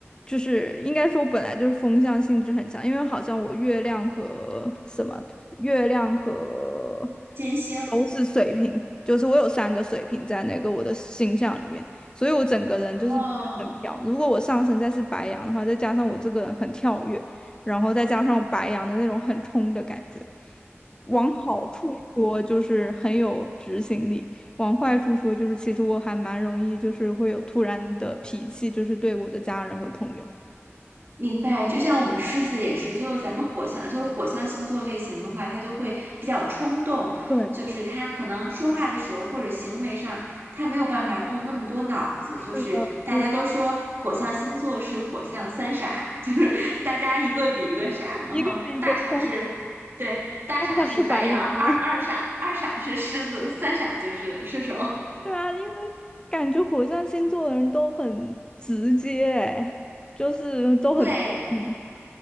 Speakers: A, on the left; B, on the right.
A: 就是应该说本来就是风象性质很强，因为好像我月亮和什么月亮和
B: 金星，
A: 都是水瓶，就是我有三个水瓶在那个我的星象里面，所以我整个人就是变得很飘。
B: 哦，
A: 如果我上升再是白羊的话，再加上我这个人很跳跃，然后再加上白羊的那种很冲的感觉，往好处说就是很有执行力，往坏处说就是其实我还蛮容易就是会有突然的脾气，就是对我的家人和朋友。
B: 明白，就像我们狮子也是，就咱们火象，就是火象星座类型的话，它就会比较冲动，
A: 对，
B: 就是他可能说话的时候或者行为上，他没有办法动那么多脑子。
A: 是的，
B: 就是大家都说火象星座是火象三傻，
A: 是
B: <laughs> 就是大家一个比一个傻，然后大傻是，
A: 一个比一个冲。
B: 对，大傻是白羊，
A: 爸爸是白羊吗？
B: 二二傻二傻是狮子，三傻就是射手。<laughs>
A: 对啊，因为感觉火象星座的人都很直接，哎，就是都很嗯，
B: 对，